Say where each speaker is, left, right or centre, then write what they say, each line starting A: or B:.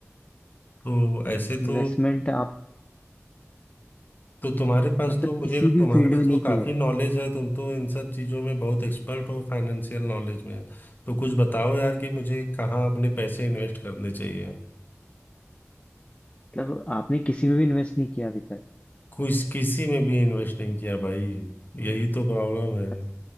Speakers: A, on the left; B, on the left.
A: तो ऐसे
B: इन्वेस्टमेंट
A: तो
B: आप
A: तो तुम्हारे पास
B: मतलब
A: तो मुझे
B: किसी
A: तुम्हारे
B: भी फील्ड
A: पास
B: में नहीं
A: तो
B: किया
A: काफी
B: है
A: नॉलेज है तुम तो इन सब चीजों में बहुत एक्सपर्ट हो फाइनेंशियल नॉलेज में तो कुछ बताओ यार कि मुझे कहाँ अपने पैसे इन्वेस्ट करने चाहिए
B: मतलब आपने किसी में भी इन्वेस्ट नहीं किया अभी तक
A: कुछ किसी में भी इन्वेस्ट नहीं किया भाई यही तो प्रॉब्लम है
B: मत-